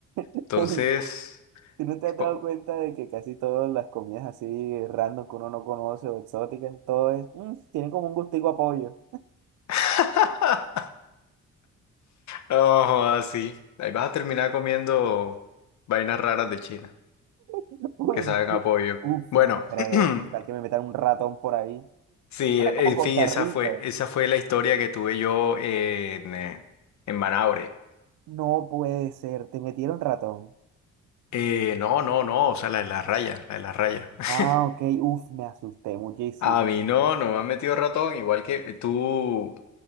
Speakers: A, on the right; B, on the left.
A: <laughs>
B: Entonces.
A: ¿Tú no te
B: es
A: has
B: co-
A: dado cuenta de que casi todas las comidas así random que uno no conoce o exóticas, todo es, "Mm, tienen como un gustico a pollo?
B: <laughs> Oh, así. Ahí vas a terminar comiendo vainas raras de China
A: <laughs> Uy,
B: que saben a pollo.
A: uf,
B: Bueno,
A: no creo.
B: <clears throat>
A: ¿Qué tal que me metan un ratón por ahí?
B: sí,
A: Es
B: en
A: como Costa
B: fin, esa
A: Rica.
B: fue, esa fue la historia que tuve yo en, eh, en Manaure.
A: No puede ser, te metieron ratón.
B: Eh, no, no, no, o sea, la de la raya, la de la raya. <laughs>
A: Ah, ok, uf, me asusté muchísimo.
B: A mí no, no me han metido ratón, igual que tú.